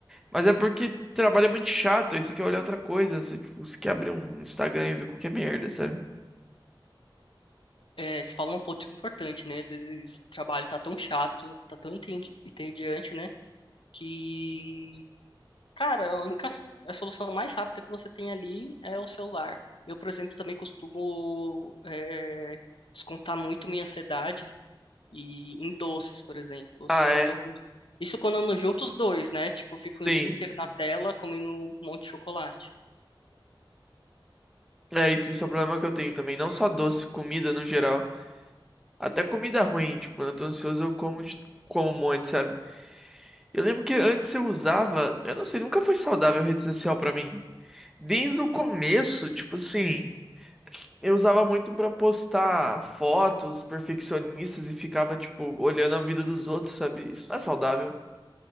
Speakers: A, in the centre; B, on the left.
A: Mas é porque trabalho é muito chato, aí você quer olhar outra coisa, você, tipo, você quer abrir um Instagram e ver qualquer merda, sabe?
B: É, você falou um ponto importante, né? Às vezes o trabalho tá tão chato, tá tão entendi, entediante, né? Que, cara, a única a solução mais rápida que você tem ali é o celular. Eu, por exemplo, também costumo é, descontar muito minha ansiedade e em doces, por exemplo.
A: Ah,
B: Se eu não
A: é?
B: tô com. Isso quando eu não junto os dois, né? Tipo, eu fico
A: Sim,
B: o dia inteiro na tela comendo um monte de chocolate.
A: É isso, isso é um problema que eu tenho também. Não só doce, comida no geral. Até comida ruim, tipo, quando eu tô ansioso eu como, de- como um monte, sabe? Eu lembro que antes eu usava, eu não sei, nunca foi saudável rede social pra mim. Desde o começo, tipo assim, eu usava muito pra postar fotos perfeccionistas e ficava, tipo, olhando a vida dos outros, sabe? Isso não é saudável,